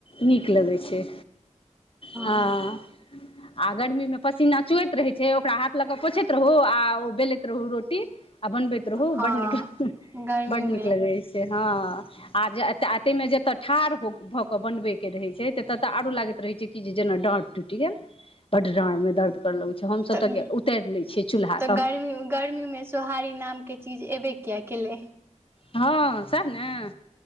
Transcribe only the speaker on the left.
नीक लगै छैय, हाँ।
आ गर्मीमे पसीना चुएत रहैय छैय, ओकरा हाथ ल कऽ पोछैत रहू, आ ओ बेलैत रहू रोटी आ बनबैत रहू
बड नीक
बड नीक लगै छैय हँ, आ ए तेय मे जेतऽ ठाढ़ भऽ क बनबैके रहैय छैय ततऽ आरो लागैत रहै छैय कि जेना डाँड़ टुूटि गेल। बड डाँरमे दर्द करऽ लगैय छैय, हमसभ
त उतैर लय छियै चूलहा।
हँ सेह ने